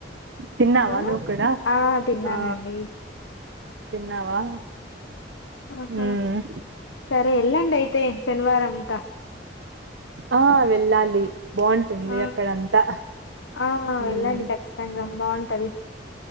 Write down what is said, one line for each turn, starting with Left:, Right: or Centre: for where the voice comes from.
Right: తిన్నావా
Left: ఆ
Right: నువ్వు కూడా
Left: ఆ తిన్నానండి
Right: ఆ తిన్నావా
Left: ఆహా
Right: మ్మ్
Left: సరే వెళ్ళండి అయితే శనివారం ఇంకా
Right: ఆ వెళ్ళాలి బాగుంటుంది
Left: ఆ
Right: అక్కడంతా
Left: ఆ
Right: మ్మ్
Left: వెళ్ళండి ఖచ్చితంగా బాగుంటది